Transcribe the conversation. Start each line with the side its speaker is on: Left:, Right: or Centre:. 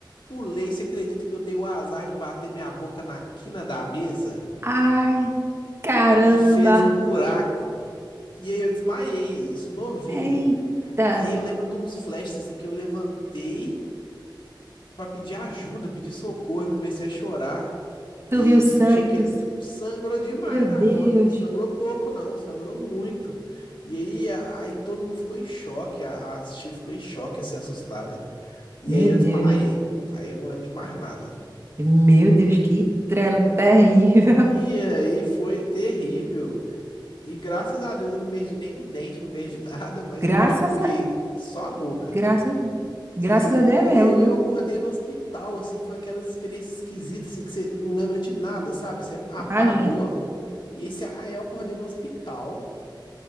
Left: Pulei, você acredita que eu dei o azar de bater minha boca na quina da mesa
Right: Ah, Ai, caramba.
Left: e fez um buraco? E aí eu desmaiei, isso novinho.
Right: Eita.
Left: Aí eu lembro de uns flashes assim que eu levantei pra pedir ajuda, pedir socorro e comecei a chorar.
Right: Tu
Left: E aí
Right: viu
Left: eu
Right: sangue,
Left: senti aquele
Right: tu...
Left: sangrou demais
Right: Meu Deus,
Left: da conta, não sangrou pouco não, sangrou muito. E aí a- aí todo mundo ficou em choque, a, a tia ficou em choque, assim, assustada. E
Right: meu
Left: aí eu
Right: Deus,
Left: desmaiei. Aí eu não lembro de mais nada.
Right: meu Deus, que trela terrível. <laughs>
Left: E aí foi terrível. E graças a Deus eu não perdi nenhum dente, não perdi <laughs> nada, mas
Right: Graças
Left: eu machuquei
Right: a,
Left: só a boca.
Right: graças, graças
Left: E,
Right: a Deus mesmo,
Left: e aí
Right: viu?
Left: eu acordei no hospital, assim, foi aquelas experiências esquisitas, assim, que você não lembra de nada, sabe? Você apagou,
Right: Imagina.
Left: e aí você, ah, eu acordei no hospital,